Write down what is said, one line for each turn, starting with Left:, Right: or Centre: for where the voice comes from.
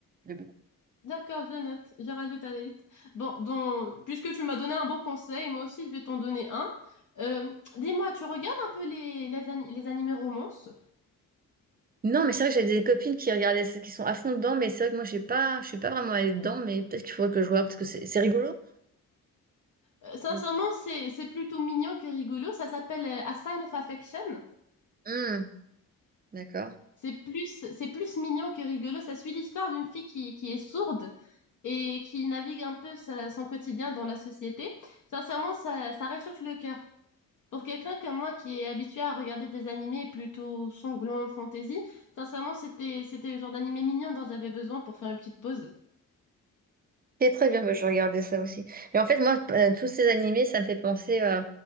Right: J'ai beaucoup-
Left: D'accord, je note. Je rajoute à la liste. Bon, donc, puisque tu m'as donné un bon conseil, moi aussi, je vais t'en donner un. Euh, dis-moi, tu regardes un peu les, les, ani- les animés romances?
Right: Non, mais c'est vrai que j'ai des copines qui regardaient ça, qui sont à fond dedans, mais c'est vrai que moi, j'ai pas, je suis pas vraiment allée dedans, mais peut-être qu'il faudrait que je regarde parce que c'est c'est rigolo.
Left: Euh, sincèrement,
Right: Mm.
Left: c'est, c'est plutôt mignon que rigolo. Ça s'appelle euh, A Sign of Affection.
Right: Mm. D'accord.
Left: C'est plus, c'est plus mignon que rigolo. Ça suit l'histoire d'une fille qui, qui est sourde et qui navigue un peu sa- son quotidien dans la société. Sincèrement, ça, ça réchauffe le cœur. Pour quelqu'un comme moi qui est habitué à regarder des animés plutôt sanglants, fantasy, sincèrement, c'était, c'était le genre d'animé mignon dont j'avais besoin pour faire une petite pause.
Right: C'est très bien, bah, je regardais ça aussi. Mais en fait, moi, euh, tous ces animés, ça me fait penser euh,